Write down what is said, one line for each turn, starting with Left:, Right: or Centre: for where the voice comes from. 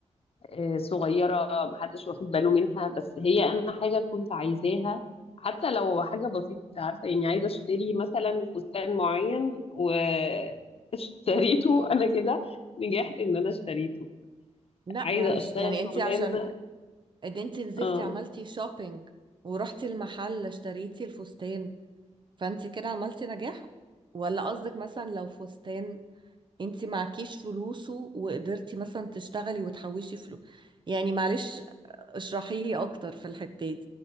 Left: آه، صغيرة محدش واخد باله منها بس هي أنا حاجة كنت عايزاها حتى لو حاجة بسيطة عارفة يعني عايزة أشتري مثلا فستان معين واشتريته <laughs> أنا كده نجحت إن أنا اشتريته
Right: لا
Left: عايزة
Right: معلش
Left: أشتغل
Right: يعني
Left: شغلانة
Right: انت عشان ده انت نزلتي
Left: اه
Right: عملتي شوبينج ورحتي المحل اشتريتي الفستان فانت كده عملتي نجاح ولا قصدك مثلا لو فستان انت معكيش فلوسه وقدرتي مثلا تشتغلي وتحوشي فلوس يعني معلش اشرحي لي اكتر في الحتة دي